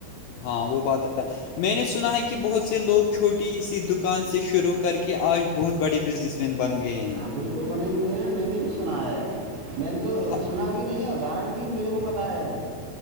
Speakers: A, on the left (about 80°); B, on the right (about 65°).
A: ہاں وہ بات ہے میں نے سنا ہے کہ بہت سے لوگ چھوٹی سی دکان سے شروع کر کے آج بہت بڑے بزنس ن بن گئے ہیں
B: ہاں بالکل بنے ہوئے ہیں میں نے بھی سنا ہے میں نے تو
A: ہ-
B: سنا بھی نہیں ہے ادرن بھی میرے کو پتا ہے